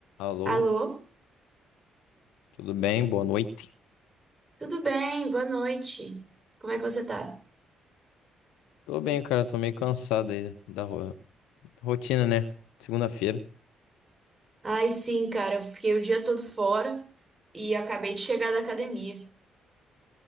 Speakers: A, on the left; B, on the right.
A: Alô,
B: Alô?
A: tudo bem? Boa noite.
B: Tudo bem? Boa noite. Como é que você tá?
A: Tô bem, cara. Tô meio cansado aí da ro- rotina, né? Segunda-feira,
B: Ai, sim, cara. Eu fiquei o dia todo fora e acabei de chegar da academia.